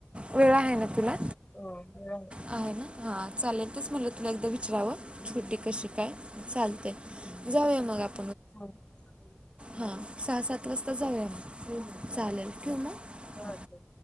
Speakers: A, on the right (about 30°); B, on the left (about 30°).
A: वेळ आहे ना तुला?
B: हो वेळ
A: आहे ना? हा चालेल, तेचं म्हणलं तुला एकदा विचारावं छोटी कशी काय? चालतय जाऊया मग आप
B: हो हो चाललल.
A: हा सहा सात वाजता जाऊया, चालेल ठेवू मग.
B: अच्छे